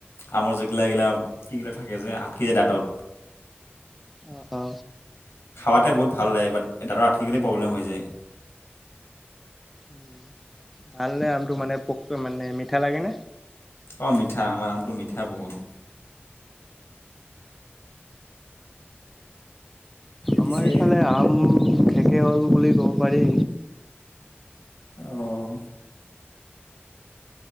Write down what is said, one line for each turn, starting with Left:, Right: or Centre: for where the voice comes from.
Left: আমৰ যগিলা এইগিলা কিগিলা থাকে যে আটকি যায় দাঁতত
Centre: অ অ
Left: তাতে বহুভা ল লাগে কেতিয়াবা আথিকেলি প্ৰবলেম হৈ যায়
Centre: উ ভাল ন আমটো মানে প মানে মিঠা লাগে ন
Left: অঁ মিঠা আমাৰ আমটো মিঠাই বহুত পিছে
Centre: আমাৰ ইফালে আম খেকে হল বুলি ক'ব পাৰি
Left: অঁ